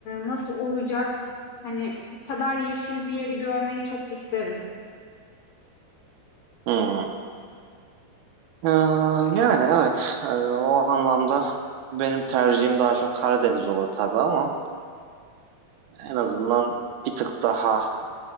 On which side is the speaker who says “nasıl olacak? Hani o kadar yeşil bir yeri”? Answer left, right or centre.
Left